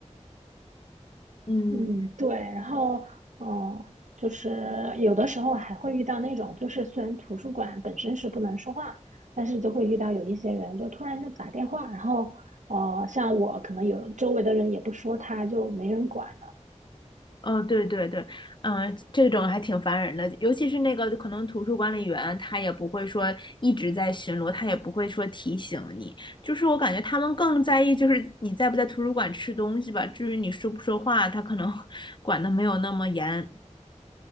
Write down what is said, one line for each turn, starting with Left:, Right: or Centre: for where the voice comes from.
Left: 嗯。
Right: 嗯，对。然后，嗯、就是有的时候还会遇到那种，就是虽然图书馆本身是不能说话，但是就会遇到有一些人就突然就打电话，然后，呃，像我可能有周围的人也不说他，就没人管，了。
Left: 嗯，对对对，嗯，这种还挺烦人的，尤其是那个可能图书管理员，他也不会说一直在巡逻，他也不会说提醒你，就是我感觉他们更在意就是你在不在图书馆吃东西吧，至于你说不说话，他可能 <laughs> 管的没有那么严。